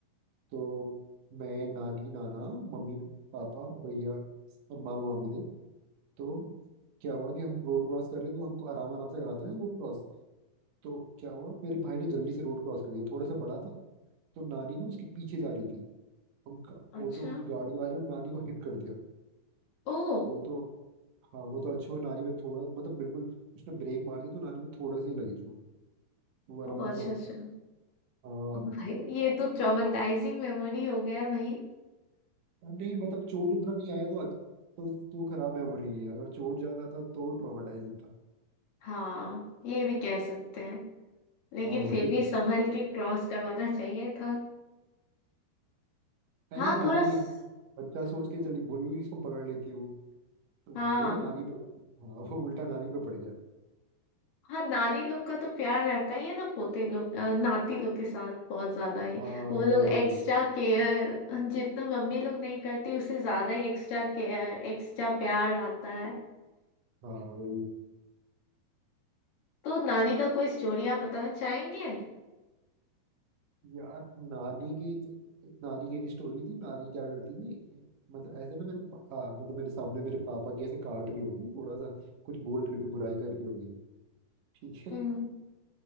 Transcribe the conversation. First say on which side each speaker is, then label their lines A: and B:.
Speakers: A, on the right; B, on the left.
A: तो मैं नानी नाना मम्मी पापा भैया और मामा मामी थे तो क्या हुआ कि हम रोड क्रॉस कर रहे थे तो हमको आराम आराम से कराते हैं रोड क्रॉस तो क्या हुआ मेरे भाई ने जल्दी से रोड क्रॉस कर दिया थोड़ा सा बड़ा था तो नानी ना उसके पीछे जा रही थी उनका
B: अच्छा
A: वो तो गाड़ी वाले ने नानी को हिट कर दिया
B: ओ
A: वो तो हाँ वो तो अच्छा हुआ नानी में थोड़ा मतलब बिल्कुल उसने ब्रेक मार दिया तो नानी में थोड़ा सा ही लगी चोट वरना
B: ओ अच्छा
A: तो
B: अच्छा
A: हाँ
B: भाई ये तो ट्रॉमेटाइजिंग मेमोरी हो गया भाई
A: यार नहीं मतलब चोट उतना नहीं आया तो अच्छ- तो तो खराब मेमोरी नहीं है अगर चोट ज्यादा था तो ट्रॉमेटाइजिंग था
B: हाँ ये भी कह सकते हैं लेकिन
A: हाँ
B: फिर
A: वही
B: भी संभल के क्रॉस करवाना चाहिए था
A: नहीं
B: हाँ
A: वो नानी
B: थोड़ा स-
A: है ना, बच्चा सोच के चली बोली हुई इसको पकड़ लेती है वो तो
B: हाँ
A: वो नानी पे हाँ वो उल्टा नानी पे पड़ गया
B: हाँ नानी लोग का तो प्यार रहता ही है ना पोते लोग अ, नाती लोग के साथ बहुत ज्यादा ही
A: हाँ
B: वो
A: वही
B: लोग एक्स्ट्रा
A: वही
B: केयर जितना मम्मी लोग नहीं करती उससे ज्यादा ही एक्स्ट्रा केयर एक्स्ट्रा प्यार आता है
A: हाँ वही
B: तो नानी का कोई स्टोरी आप बताना चाहेंगे
A: यार नानी की नानी की एक स्टोरी थी नानी क्या करती थी मतलब ऐसे ना मेरे पा- हाँ, मतलब मेरे सामने मेरे पापा की ऐसे काट रही होगी थोड़ा सा कुछ बोल रही होगी बुराई कर रही होगी ठीक है
B: हम्म